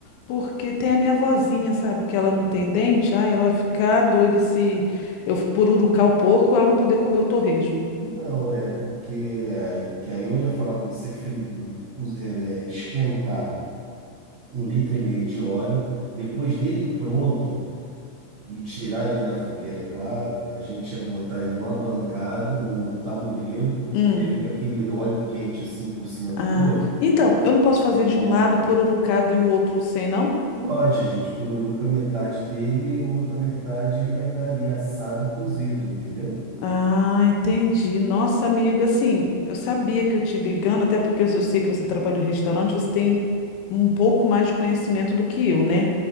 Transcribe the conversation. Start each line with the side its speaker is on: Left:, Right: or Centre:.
Left: porque tem a minha vozinha, sabe, que ela não tem dente, aí ela vai ficar doida se eu pururucar o porco, ela não poder comer o torresmo.
Right: Não, é porque é, aí, que aí eu ia falar para você fri, cus- é, é, esquentar um litro e meio de óleo, depois dele pronto e tirar ele da fogueira, é claro, a gente ia botar ele numa bancada, num, num tabuleiro,
Left: Hum.
Right: ia vir com aquele óleo quente assim por cima do
Left: Ah,
Right: couro.
Left: então, eu não posso fazer
Right: Ele
Left: de um
Right: ia.
Left: lado pururucado e o outro sem, não?
Right: Pode, a gente pururuca metade dele e a outra metade ele vai estar ali assado e cozido, entendeu?
Left: Ah, entendi. Nossa, amiga, assim, eu sabia que eu te ligando, até porque eu eu sei que você trabalhou em restaurante, você tem um pouco mais de conhecimento do que eu, né?